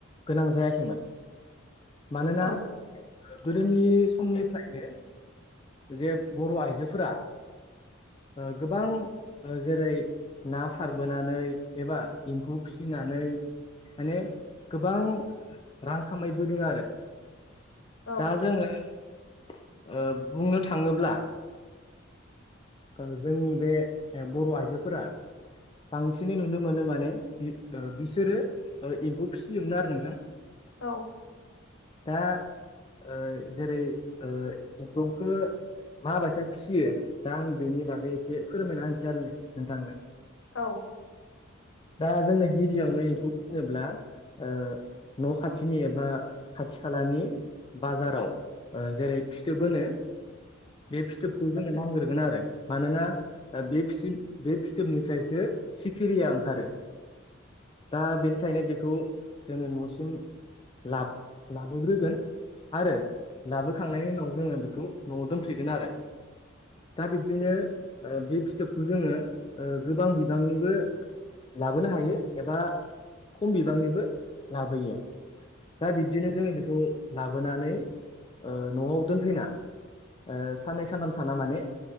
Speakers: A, on the left (about 25°); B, on the left (about 80°).
A: गोनां जायाखैमोन मानोना
B: औ
A: गोदोनि समनिफ्रायनो जे बर' आइजोफोरा ओ गोबां जेरै ना सारबोनानै एबा एम्फौ फिसिनानै माने गोबां रां खामायबोदों आरो।
B: औ
A: दा जोङो ओ बुंनो थाङोब्ला। ओ जोंनि बे बर' आइजोफोरा बांसिनै नुनो मोनो माने ओ बिसोरो एम्फौ फिसियोमोन आरो नोंथां।
B: औ
A: दा ओ जेरै ओ फौखो माबायसाया फिसियो दा आं बेनि बागै एसे फोरमायना होनसै आरो नोंथांनो
B: औ
A: दा जोंनो गिबियावनो एम्फौ होनोब्ला ओ न' खाथिनि एबा खाथि खालानि बाजाराव जेरै फिथोब होनो बे फिथोबखौ जोङो नांग्रोगोन आरो। मानोना बे फि बे फिथोबनिफ्रायसो सिखिरिया ओंखारो। दा बेनिखायनो बेखौ जोङो न'सिम लाब-लाबोग्रोगोन। आरो लाबोखांनायनि उनाव जोङो बेखौ न'वाव दोनफैगोन आरो। दा बे बिदिनो बे फिथोबखौ जोङो ओ गोबां बिबांनिबो लाबोनो हायो एबा खम बिबांनिबो लाबोयो। दा बिब्दिनो जोङो बेखौ लाबोनानै ओ न'वाव दोनफैना ओ साननै सानथाम थाना माने